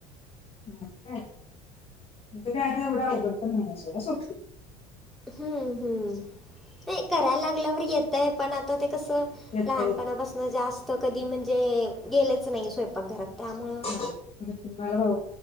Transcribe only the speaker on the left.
नाही काय, म्हणजे काय आता एवढं अवघड पण नाहीयं सोडा सोपी.
येत
येत
म्हणजे, तुम्हाला भाऊ